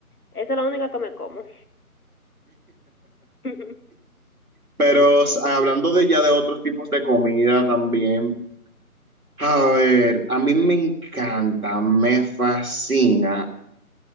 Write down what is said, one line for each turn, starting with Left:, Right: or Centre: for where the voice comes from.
Left: eso es lo único que me como. <laughs>
Right: Pero s- hablando de ya de otros tipos de comida también, a ver, a mí me encanta, me fascina.